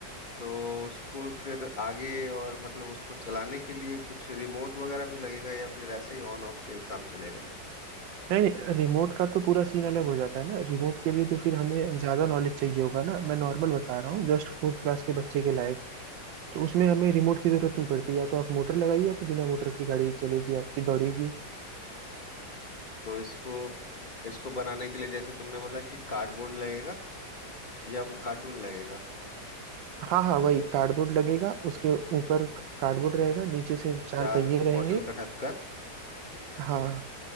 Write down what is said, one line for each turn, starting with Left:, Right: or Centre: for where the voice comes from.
Left: तो उसको फिर आगे और मतलब उसको चलाने के लिए कुछ रिमोट वगैरह भी लगेगा या फिर ऐसे ही ऑन ऑफ से काम चलेगा
Right: नहीं नहीं रिमोट का तो पूरा सीन अलग हो जाता है ना रिमोट के लिए
Left: अच्छा
Right: तो फिर हमें ज्यादा नॉलेज चाहिए होगा ना मैं नॉर्मल बता रहा हूँ जस्ट फोर्थ क्लास के बच्चे के लायक तो उसमें हमें रिमोट की जरूरत नहीं पड़ती या तो आप मोटर लगाइए या तो बिना मोटर की गाड़ी चलेगी आपकी दौड़ेगी
Left: तो इसको इसको बनाने के लिए जैसे तुमने बोला कि कार्डबोर्ड लगेगा या वो कार्टून लगेगा
Right: हाँ हाँ वही कार्डबोर्ड लगेगा उसके ऊपर कार्डबोर्ड रहेगा
Left: हाँ
Right: नीचे से चार
Left: चार
Right: पहिए रहेंगे
Left: बॉटल का ढक्कन
Right: हाँ